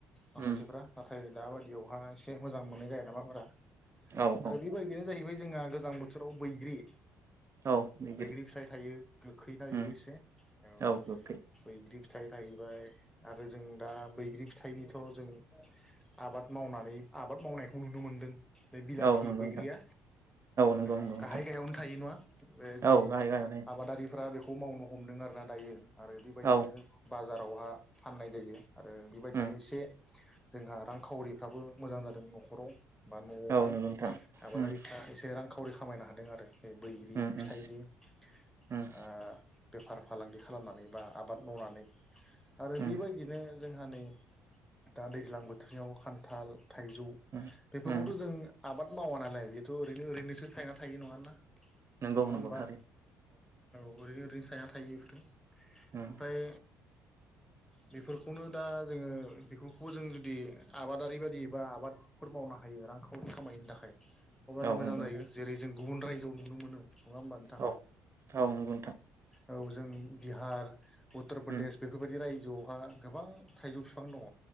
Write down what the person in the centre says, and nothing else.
माखासेफ्रा
नाथाय दाबादियावहा एसे मोजां मोननाय जाया नामाब्रा?
आरो
बेबायदिया जाहैबाय जोंहा गोज गोजां बोथोराव बैग्रि
बैग्रि फिथाइ थायो गोखै ना बेबो
एसे औ।
बैग्रि फिथाइ थायबाय आरो जों दा बैग्रि फिथाइनिथ' जों आबाद मावनानै आबाद मावनायखौ नुनो मोनदों। बे बिलाथि
बैग्रिया
औ
गाहाय गाहायावनो थायो नङा? बे जोंनि
आबादारिफ्रा बेखौ मावनो हमदों आर ना दायो। आरो बेबायदिनो
बाजार दावहा फाननाय जायो आरो बेबायदिनो
एसे जोंहा रांखावरिफ्राबो मोजां जादों न'खराव बा न'आवहाय
आबादारिफ्रा
एसे रां खामायनो हादों आरो बे बैग्रि
फिथाइनि
ओ
बेफार फालांगि खालामनानै बा आबाद मावनानै आरो
बेबायदिनो जोंहा नै दा दैज्लां बोथोरनियाव खान्थाल थाइजौ
बेफोरखौथ'
जों आबाद मावा नालाय बेथ' ओरैनो ओरैनोसो थाइना थायो नङान ना। नङा
होमबा
औ। ओरै ओरैसो थायना थायो बेफोरो?
ओमफ्राय बेफोरखौनो दा जोङो बेफोरखौबो जों जुदि आबादारि बायदि बा आबादफोर मावनो हायो रांखावरि खामायनो थाखाय हगारनो
मोजां
जायो जेरै जों गुबुन रायजोआव नुनो मोनो नङा होमबा नोंथां?
औ जों बिहार उत प्रदेस
बेबायदि राय गोजौआवहा गोबां थाइजौ बिफां दङ